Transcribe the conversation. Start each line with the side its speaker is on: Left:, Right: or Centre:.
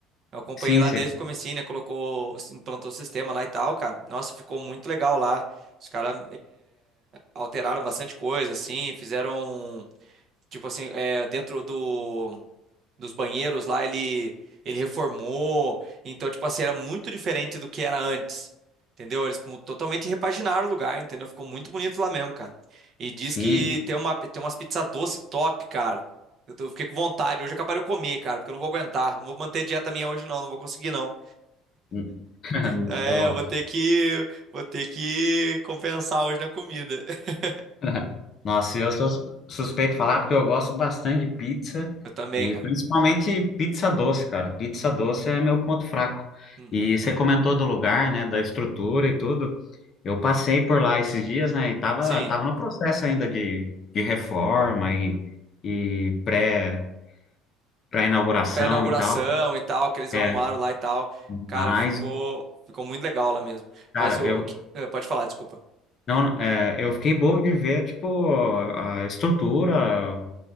Right: Eu acompanhei
Left: sim,
Right: lá
Left: cê-
Right: desde o comecinho, né? Colocou, implantou o sistema lá e tal, cara. Nossa, ficou muito legal lá. Os caras alteraram bastante coisa, assim, fizeram, tipo assim, é, dentro do dos banheiros lá, ele, ele reformou. Então, tipo assim, era muito diferente do que era antes. Entendeu? Eles mu- totalmente repaginaram o lugar, entendeu? Ficou muito bonito lá mesmo, cara. E diz
Left: sim.
Right: que tem uma, tem umas pizzas doce top, cara. Eu tô- fiquei com vontade. Hoje é capaz de eu comer, cara, porque eu não vou aguentar. Não vou manter dieta minha hoje, não. Não vou conseguir, não.
Left: <laughs>
Right: É, eu vou ter que, vou ter que compensar hoje na comida. <laughs>
Left: <laughs> Nossa, eu sou sus- suspeito de falar porque eu gosto bastante de pizza
Right: Eu também,
Left: e
Right: cara.
Left: principalmente pizza doce, cara. Pizza doce é meu ponto fraco.
Right: Hum,
Left: E você comentou do lugar, né, da estrutura e tudo. Eu passei por lá esses dias, né, e tava,
Right: Sim.
Left: tava no processo ainda de, de reforma e, e pré, pré-inauguração
Right: pra inauguração
Left: e tal.
Right: e tal, que eles
Left: É,
Right: arrumaram lá e tal. Cara,
Left: mas,
Right: ficou, ficou muito legal lá mesmo.
Left: cara,
Right: Mas o,
Left: eu,
Right: o que- eh, pode falar, desculpa.
Left: não, é, eu fiquei bobo de ver, tipo, a a estrutura.